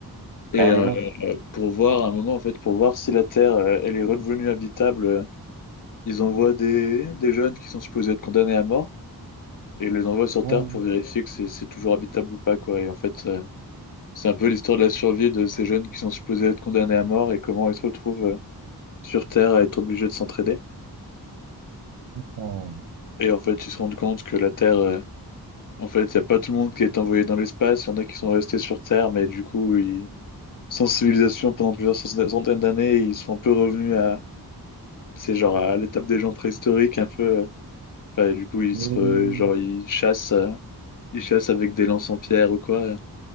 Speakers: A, on the left; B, on the right.
A: Et
B: carrément.
A: euh, pour voir, à un moment, en fait, pour voir si la Terre, euh, elle est redevenue habitable, euh, ils envoient des, des jeunes qui sont supposés être condamnés à mort et ils les envoient sur
B: Oh,
A: Terre pour vérifier que c'est, c'est toujours habitable ou pas, quoi. Et en fait, euh, c'est un peu l'histoire de la survie de ces jeunes qui sont supposés être condamnés à mort et comment ils se retrouvent. euh, sur Terre à être obligé de s'entraider.
B: oh.
A: Et en fait, ils se rendent compte que la Terre, euh, en fait, il n'y a pas tout le monde qui est envoyé dans l'espace, il y en a qui sont restés sur Terre, mais du coup, ils... sans civilisation pendant plusieurs centaines d'années, ils sont un peu revenus à, c'est genre à l'étape des gens préhistoriques, un peu. euh. Enfin, et du coup, ils
B: Hmm.
A: se, re- genre, ils chassent, euh, ils chassent avec des lances en pierre ou quoi.